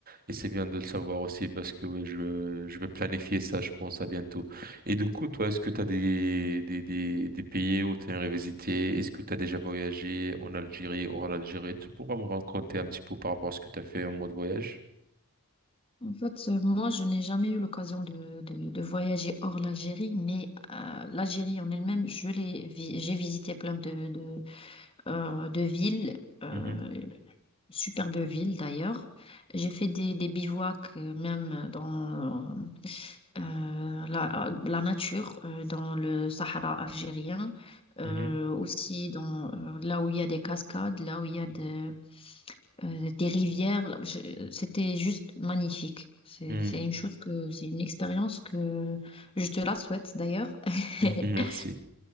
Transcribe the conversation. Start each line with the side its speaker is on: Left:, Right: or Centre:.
Right: Et c'est bien de le savoir aussi parce que ouais, je, je vais planifier ça, je pense, à bientôt. Et du coup, toi, est-ce que tu as des, des, des, des pays où tu aimerais visiter? Est-ce que tu as déjà voyagé en Algérie, hors l'Algérie? Tu pourras me raconter un petit peu par rapport à ce que tu as fait en mode voyage?
Left: En fait, euh, moi, je n'ai jamais eu l'occasion de, de- de voyager hors l'Algérie, mais euh, l'Algérie en elle-même, je l'ai vi- j'ai visité plein de, de, euh, de villes. Euh,
Right: Mhm,
Left: Superbe ville d'ailleurs. J'ai fait des, des bivouacs euh, même dans euh, la, euh, la nature, euh, dans le Sahara algérien, euh,
Right: mhm,
Left: aussi dans euh, là où il y a des cascades, là où il y a des, euh, des rivières. Là, j'ai- C'était juste magnifique. C'est,
Right: mhm,
Left: c'est une chose que, c'est une expérience que je te la souhaite d'ailleurs. <laughs>
Right: <laughs> mhm, merci.